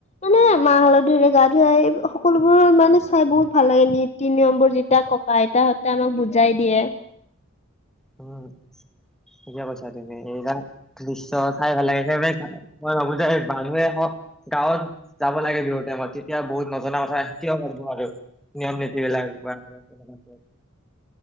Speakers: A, on the left; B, in the centre.
A: মানে মাহ হালধিৰে গা ধুৱাই এই সকলোবোৰৰ মানে চাই বহুত ভাল লাগে নীতি নিয়মবোৰ যেতিয়া আইতাহতে আমাক বুজাই দিয়ে।
B: উম, ধুনীয়া কৈছা তুমি <unintelligible> দৃশ্য চাই ভাল লাগে সেইকাৰণে, মই ভাবো যে মানুহে হওক গাঁৱত, যাব লাগে বিহু টাইমত। এতিয়া বহুত নজনা কথা শিকিব পাৰিব আৰু, নিয়ম নীতি বিলাক বা <unintelligible>